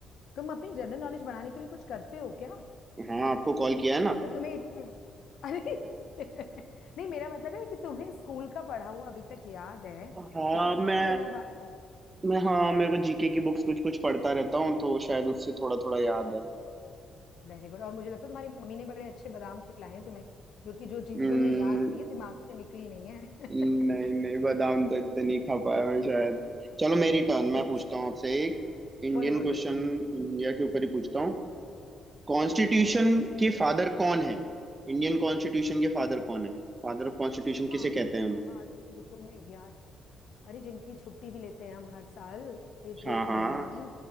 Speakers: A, on the left; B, on the right.
A: तुम अपनी जनरल नॉलेज बढ़ाने के लिए कुछ करते हो क्या
B: हाँ आपको कॉल किया है ना
A: मतलब तुम्हें इतने अरे <laughs> नहीं मेरा मतलब है कि तुम्हें स्कूल का पढ़ा हुआ अभी तक याद है
B: हाँ
A: ये तो कितनी
B: मैं
A: बढ़िया बात है
B: मैं हाँ मेरे को जीके की बुक्स कुछ कुछ पढ़ता रहता हूँ तो शायद उससे थोड़ा थोड़ा याद है
A: वेरी गुड और मुझे लगता है तुम्हारी मम्मी ने बड़े अच्छे बादाम खिलाए हैं तुम्हें जो कि जो चीजें
B: हम्म,
A: तुमने याद की है दिमाग से निकली नहीं है
B: नहीं
A: <laughs>
B: नहीं बादाम तो इतने नहीं खा पाया मैं शायद चलो मेरी टर्न मैं
A: अच्छा
B: पूछता हूँ आपसे एक इंडियन
A: बोलो बोलो
B: क्वेश्चन
A: जी
B: इंडिया के ऊपर ही पूछता हूँ कॉन्स्टिट्यूशन
A: पूछो
B: के
A: पूछो
B: फादर कौन है इंडियन कॉन्स्टिट्यूशन के फादर कौन है फादर ऑफ कॉन्स्टिट्यूशन
A: हाँ
B: किसे कहते हैं हम
A: हाँ हाँ, रुको रुको, मैं याद कर- अरे जिनकी छुट्टी भी लेते हैं हम हर साल अप्रैल
B: हाँ
A: के
B: हाँ
A: महीने में